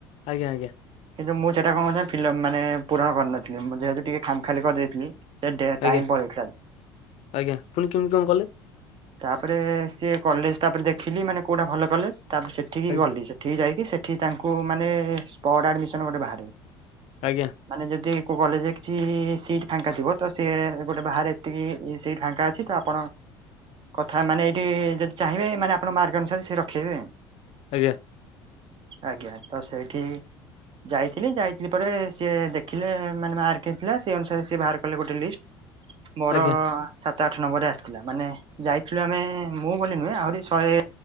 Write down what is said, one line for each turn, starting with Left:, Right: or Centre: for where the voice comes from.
Left: ଆଜ୍ଞା ଆଜ୍ଞା।
Right: କିନ୍ତୁ ମୁଁ ସେଟା କଣ କରିଥିନା ଫିଲ ମାନେ ପୂରଣ କରିନଥିଲି ମୁଁ ଯେହେତୁ ଟିକେ ଖାମଖାଲି କରିଦେଇଥିଲି। ସେ ଡେ
Left: ଆଜ୍ଞା
Right: ଟାଇମ ପଳେଇଥିଲା।
Left: ଆଜ୍ଞା ପୁଣି କେମିତି କଣ କଲେ?
Right: ତାପରେ ସିଏ କଲେଜ ତାପରେ ଦେଖିଲି ମାନେ କୋଉଟା ଭଲ କଲେଜ ତାପରେ ସେଠିକି
Left: ଆଜ୍ଞା
Right: ଗଲି ସେଠ ସେଠି ଯାଇକି ସେଠି ତାଙ୍କୁ ମାନେ ସ୍ପଡ ଆଡମିସନ ଗୋଟେ ବାହାରେ।
Left: ଆଜ୍ଞା।
Right: ମାନେ ଯଦି କୋଉ କଲେଜରେ କିଛି ସିଟ ଫାଙ୍କାଥିବ ତ ସିଏ ଗୋଟେ ବାହାରେ ଏତିକି ସିଟ ଫାଙ୍କା ଅଛିତ ଆପଣ କଥା ମାନେ ଏଇଠି ଯଦି ଚାହିଁବେ ମାନେ ଆପଣ ମାର୍କ ଅନୁସାରେ ସେ ରଖେଇବେ।
Left: ଆଜ୍ଞା।
Right: ଆଜ୍ଞା ତ ସେଇଠି ଯାଇଥିଲି ଯାଇ ପରେ ସିଏ ଦେଖିଲେ ମାନେ ମାରକ ହେଇଥିଲା ସେଇ ଅନୁସାରେ ସିଏ ବାହାରକଲେ ଗୋଟେଲିଷ୍ଟ। ମୋର
Left: ଆଜ୍ଞା
Right: ସା ତ ଆଠ ନମ୍ବରରେ ଆସିଥିଲା ମାନେ ଯାଇଥିଲୁ ଆମେ ମୁଁ ବୋଲି ନୁହେଁ ଆହୁରି ଶହେ